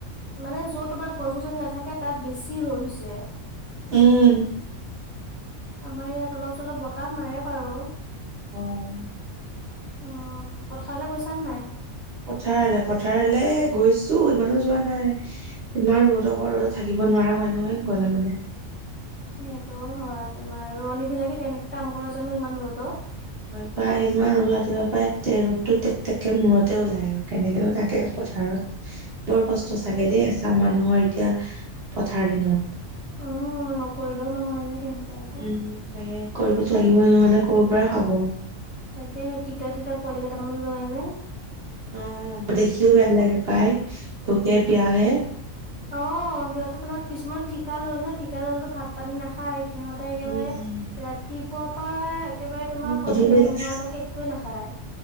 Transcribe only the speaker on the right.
উম
উম।
পথাৰলৈ পথাৰলৈ গৈছো ইমানো যোৱা নাই। তোমাৰ ৰ'দ অক ৰ'দত থাকিব নোৱাৰা হয় নহয় গলে মানে।
হয় পায়, ইমান ৰাতিপুৱাৰপাই তে ৰ'দটো তেক তেককৈ মূৰতে ওলাই আৰু। কেনেকেনো থাকে পথাৰত, বৰ কষ্ট
চাগে দেই এচাম মানুহৰ এতিয়া! পথাৰ দিনত।
উম তাকে, কৰিবতো লাগিবই, নহলে ক'ৰ পৰা খাব?
অ, দেখিও বেয়া লাগে পায়, ভোকে পিয়াহে
উম,
গধূলি
লগে
লগে